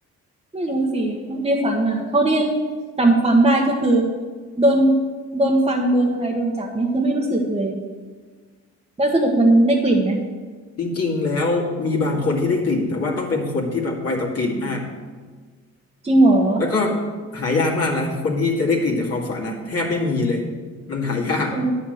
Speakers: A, on the right; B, on the left.
A: ไม่รู้สิในฝันอ่ะเท่าที่จำความได้ก็คือโดนโดนฟันโดนอะไรโดนจับเนี่ยคือไม่รู้สึกเลยแล้วสรุปมันได้กลิ่นไหม
B: จริงๆแล้วมีบางคนที่ได้กลิ่นแต่ว่าต้องเป็นคนที่แบบไวต่อกลิ่นมาก
A: จริงเหรอ
B: แล้วก็หายากมากนะคนที่จะได้กลิ่นจากความฝันนะแทบไม่มีเลยมันหายาก
A: เอื